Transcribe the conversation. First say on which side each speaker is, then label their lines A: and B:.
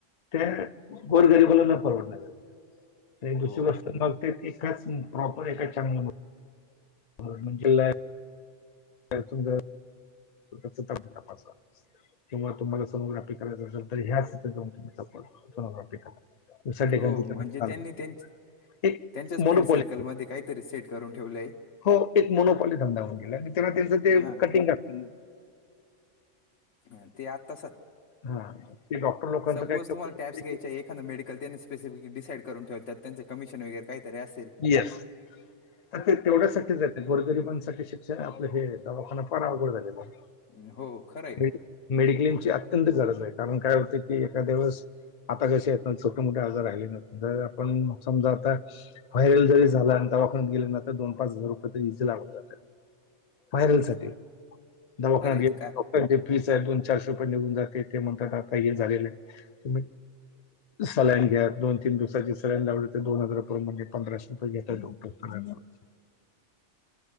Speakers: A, on the left (about 45°); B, on the left (about 80°).
A: त्या गोरंगरीबालानं परवडणार नाही. ते दुसरी
B: हो
A: गोष्ट मग ते एकाच प्रॉपर एकाच चॅनल वर <unintelligible> म्हणजे लॅब तर तुमचं रक्त लघवी तपासा किंवा तुम्हाला सोनोग्राफी करायचं असेल तर ह्याच इथे जाऊन तुमचा सोनोग्राफी करा. दुसऱ्या ठिकाणी
B: हो म्हणजे
A: त्यांना चालत
B: त्यांनी
A: नाही
B: त्यांच
A: एक
B: त्यांच्याच
A: मोनोपॉली
B: फ्रेंड सर्कलमध्ये काहीतरी सेट करून ठेवलंय
A: हो ते एक मोनोपॉल धंदा होऊन गेला, आणि त्याना त्यांचं ते
B: हा
A: कटिंग असतील
B: हं ते आत्ता स्-
A: हा
B: <unintelligible>
A: ते डॉक्टर लोकांचं
B: सपोज
A: काय
B: तुम्हाला टॅप्बस घ्यायचे आहे एखादं मेडिकल त्यांने स्पेसिफिक डिसाईड करून ठेवतात, त्यांंच कमिशन वगैर काही तरीे असेल.
A: येस तर ते तेवढ्यासाठी
B: हा.
A: जर आणि गोरगरीबांसाठी शिक्षण, आपलं हे दवाखाना फार अवघड झालेलं आहे.
B: हं हो खरं ये
A: मेडि-
B: ते.
A: मेडिक्लेमची अत्यंत गरज आहे, कारण काय होतं की एखाद्या वेळस आता कसे आहेत ना छोटे-मोठे आजार राहिले ना जर आपण समजा आता व्हायरल जरी झाला आणि दवाखन्यात गेलो ना, तर दोन पाच हजार रुपये तर निसते लागून जात्या. व्हायरल
B: खरं
A: साठी दवाखन्यात
B: खरं आहे
A: गेल
B: ते
A: <unintelligible>
B: काय
A: म्हणेजे फीसच आहे दोन चारशे रुपये निघून जाते, ते म्हणतात आता हे झालेलं आहे सलाईन घ्या, दोन तीन दिवसाची सलाईन लावले त दोन हजार रुपए म्हणजे पंधराशे रुपये घेतात डॉक्टर सालाईन लावायचे.